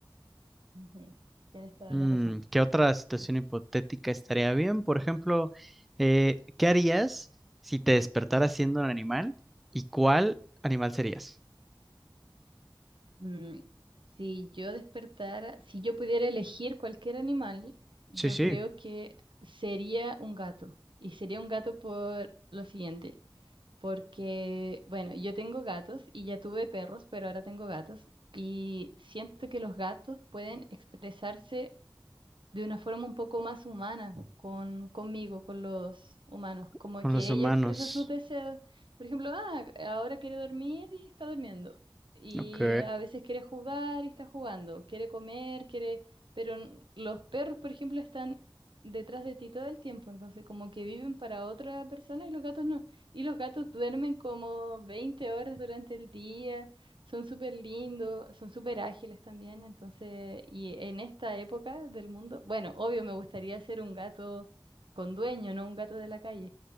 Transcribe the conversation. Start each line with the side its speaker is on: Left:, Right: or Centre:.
Right: ujú, Tienes toda
Centre: Mm,
Right: la razón.
Centre: ¿qué otra situación
Right: Sí.
Centre: hipotética estaría bien? Por ejemplo, eh, ¿qué harías si te despertaras siendo un animal? ¿Y cuál animal serías
Right: Mm, si yo despertara, si yo pudiera elegir cualquier animal, yo
Centre: Sí, sí.
Right: creo que sería un gato. Y sería un gato por lo siguiente. porque, bueno, yo tengo gatos y ya tuve perros, pero ahora tengo gatos y siento que los gatos pueden expresarse de una forma un poco más humana con, conmigo, con los humanos, como
Centre: con
Right: que
Centre: los humanos?
Right: ella expresa sus deseos, por ejemplo, ah, ahora quiere dormir y está durmiendo, y
Centre: Ok.
Right: a veces quiere jugar y está jugando, quiere comer, quiere, pero n- los perros, por ejemplo, están detrás de ti todo el tiempo, entonces como que viven para otra persona y los gatos no, y los gatos duermen como 20 horas durante el día. Son súper lindos, son súper ágiles también, entonces, y en esta época del mundo, bueno, obvio me gustaría ser un gato con dueño, no un gato de la calle.